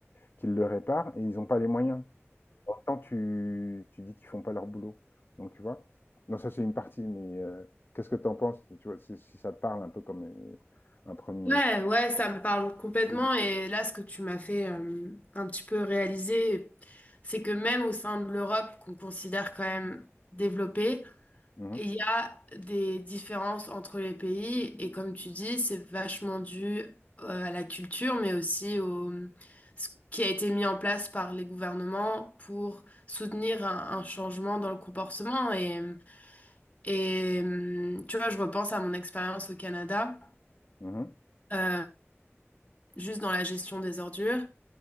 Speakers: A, on the left; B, on the left.
A: qu'ils le réparent. Et ils n'ont pas les moyens. En même temps, tu, tu dis qu'ils font pas leur boulot. Donc, tu vois. Non, ça, c'est une partie, mais euh, qu'est-ce que tu en penses? Tu vois, si si ça te parle un peu comme euh, un premier.
B: Ouais, ouais, ça me parle complètement.
A: J'ai des-
B: Et là, ce que tu m'as fait euh, un petit peu réaliser, c'est que même au sein de l'Europe, qu'on considère quand même développée,
A: Mhm,
B: il y a des différences entre les pays. Et comme tu dis, c'est vachement dû euh, à la culture, mais aussi au ce qui a été mis en place par les gouvernements pour soutenir un, un changement dans le comportement. Et, et euh, tu vois, je repense à mon expérience au Canada
A: mhm.
B: euh, juste dans la gestion des ordures.